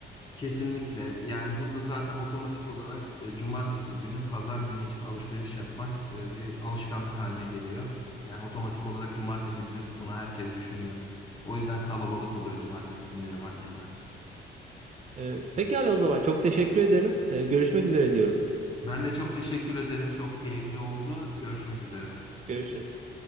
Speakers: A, on the left; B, on the right.
A: Kesinlikle. Yani burada zaten otomatik olarak e, cumartesi günü, pazar günü için alışveriş yapmak e, bir alışkanlık haline geliyor. Yani otomatik olarak cumartesi günü bunu herkes düşünüyor. O yüzden kalabalık oluyor cumartesi günleri marketler.
B: Ee, pekala o zaman çok teşekkür ederim. Ee, görüşmek üzere diyorum.
A: Ben de çok teşekkür ederim. Çok keyifli oldu. Görüşmek üzere.
B: Görüşürüz.